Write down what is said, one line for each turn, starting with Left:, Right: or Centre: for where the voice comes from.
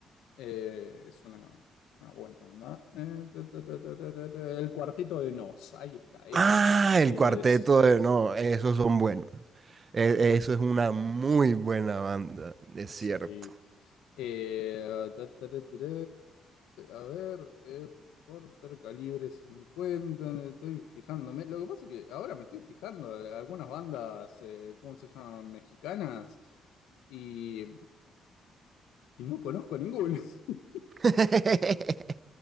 Left: eh, es una, una buena onda. Eh, ta, ta, ta, ta, ta, ta, ta, el Cuarteto de Nos, ahí está, ese
Right: ah,
Left: era el que te
Right: el
Left: iba
Right: cuarteto
Left: a decir.
Right: de, no, esos son buenos. E- eso es una muy buena banda, es
Left: Sí.
Right: cierto.
Left: Eh, ta, ta, ta, ta, ta, a ver, eh, Porter calibre cincuenta me estoy fijándome. Lo que pasa es que ahora me estoy fijando, eh, algunas bandas, eh, ¿cómo se llaman? Mexicanas. Y Y no conozco ninguno. <laughs>
Right: <laughs>